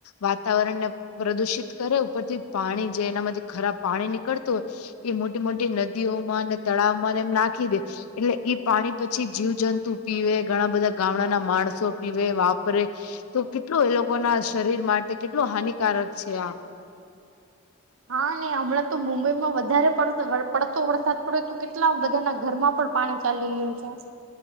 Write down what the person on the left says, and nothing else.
વાતાવરણ ને પ્રદુષિત કરે ઉપરથી પાણી જે એનામાંથી ખરાબ પાણી નીકળતું હોય. એ મોટી મોટી નદીઓમાં ને તળાવમાં એમ નાખી દે એટલે ઈ પાણી પછી જીવજંતુ પીવે ઘણા બધા ગામડાના માણસો પીવે વાપરે તો કે કેટલું એ લોકો ના શરીર માટે કેટલું હાનિકારક છે આ.